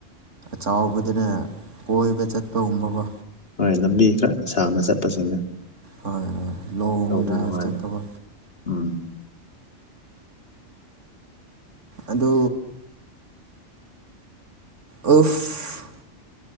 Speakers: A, on the right (about 70°); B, on the left (about 50°).
A: ꯆꯥꯎꯕꯗꯅ ꯀꯣꯏꯕ ꯆꯠꯄꯒꯨꯝꯕꯀꯣ
B: ꯍꯣꯏ ꯂꯝꯕꯤ ꯈꯔ ꯁꯥꯡꯅ ꯆꯠꯄꯁꯤꯡꯅ
A: ꯍꯣꯏ ꯍꯣꯏ ꯂꯣꯡ
B: ꯇꯧꯕꯅ
A: ꯗ꯭ꯔꯥꯏꯚ
B: ꯅꯨꯡꯉꯥꯏꯕ
A: ꯆꯠꯄꯒꯣ
B: ꯎꯝ
A: ꯑꯗꯨ ꯑꯣꯐ